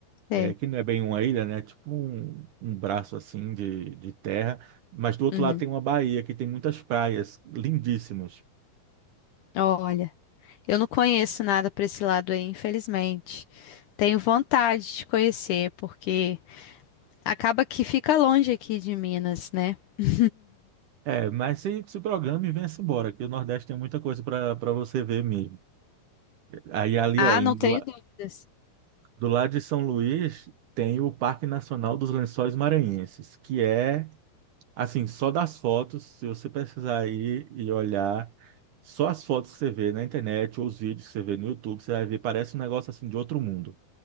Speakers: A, on the right; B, on the left.
A: é,
B: é.
A: que não é bem uma ilha, né? É Tipo um, um braço assim de, de terra, mas do outro
B: Uhum.
A: lado tem uma baía que tem muitas praias lindíssimas.
B: Olha, eu não conheço nada para esse lado aí, infelizmente. Tenho vontade de conhecer, porque Acaba que fica longe aqui de Minas, né? <laughs>
A: É, mas se, se programa e venha-se embora, que o Nordeste tem muita coisa para para você ver mesmo. Aí ali,
B: Ah,
A: ó, em-
B: não tenho
A: do, la-
B: dúvidas.
A: do lado de São Luís, tem o Parque Nacional dos Lençóis Maranhenses, que é Assim, só das fotos, se você pesquisar aí e olhar, só as fotos que você vê na internet ou os vídeos que você vê no YouTube, você vai ver, parece um negócio assim de outro mundo.